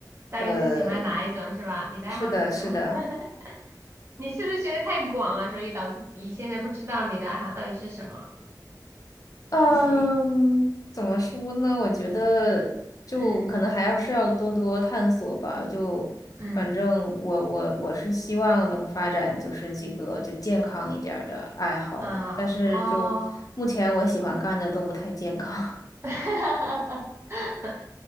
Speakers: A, on the right (about 35°); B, on the left (about 50°).
A: 到底是喜欢哪一种是吧？
B: 呃，
A: 你的爱好是什么？
B: 是的，是的。
A: <laughs> 你是不是觉得太广了，所以导致你现在不知道你的爱好到底是什么？
B: 嗯，
A: 就是运，
B: 怎么说呢？我觉得就可能还要是要多多探索吧。
A: 嗯
B: 就反正我我我是希望能发展就是几个就健康一点儿的爱好，
A: 嗯啊哦，
B: 但是就目前我喜欢干的都不太健康，
A: <laughs> 哈哈哈哈